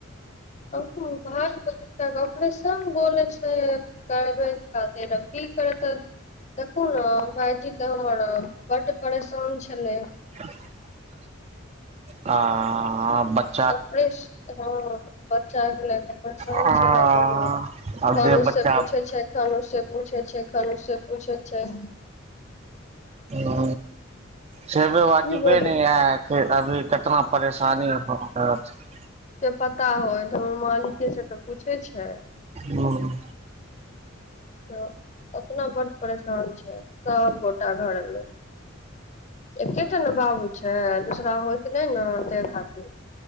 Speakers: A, on the left; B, on the right.
A: अभी तो भाई के बेटा कऽ ऑपरेशन बोले छै। करबै करते तब की करतै। देखु नऽ भाईजी तऽ हमर बड्ड परेशान छलै।
B: <inaudible> आँआँ बच
A: ओपरेश, हाँ बच्चा भेले त परेशान
B: आब
A: छलै बहुत। कनु-से
B: जे बच्चा
A: पूछे छै, कनु से पूछे छै, कनु से पूछे छै।
B: ओ सेबे
A: की
B: वाजिबे
A: बतबै
B: नै हात <unintelligible> एक दा भी। ऐतना परेशानी में परल छी।
A: से पता होयत हमर मालिके से त पूछे छै।
B: हाँ।
A: तऽ ओतना बड परेशान छै सबगोटा घरमे। एकेटा नऽ बाबू छै दूसरा होएत नै नऽ तैए खातिर।